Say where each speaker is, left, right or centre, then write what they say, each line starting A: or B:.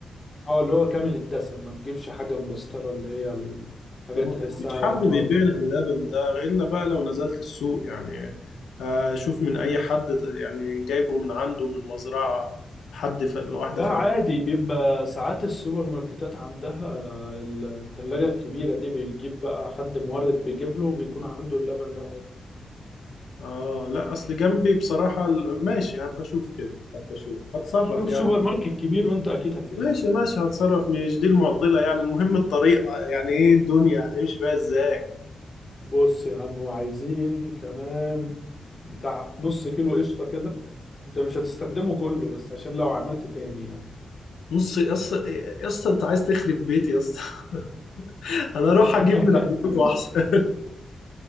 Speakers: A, on the left; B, on the left.
A: اه اللي هو كامل الدسم ما تجيبش حاجة مبسترة اللي هي ال- حاجة
B: طب
A: تحسها
B: ما فيش حد
A: للمرضى
B: بيبيع
A: دول
B: اللبن ده إلا بقى لو نزلت السوق يعني آه، شوف من أي حد ت- يعني جايبه من عنده من مزرعة حد ف... واحدة
A: لا
B: فل...
A: عادي بيبقى ساعات السوبر ماركتات عندها آه، التلاجة الكبيرة دي بيجيب بقى حد مورد بيجيب له وبيكون عنده اللبن ده عادي
B: آه لا أصل جنبي بصراحة ال- ماشي هبقى أشوف كده هبقى أشوف هتصرف
A: شوف
B: يعني
A: سوبر ماركت كبير وانت اكيد هتلاقي
B: ماشي ماشي هتصرف مش دي المعضلة يعني المهم الطريقة يعني إيه الدنيا هتمشي فيها إزاي
A: بص يا عم وعايزين كمان بتاع نص كيلو قشطة كده انت مش هتستخدمه كله بس عشان لو عملت تاني يعني
B: نص يا اسطى يا اسطى انت عايز تخرب بيتي يا اسطى <laughs> انا اروح
A: <laughs>
B: اجيب من عندكم احسن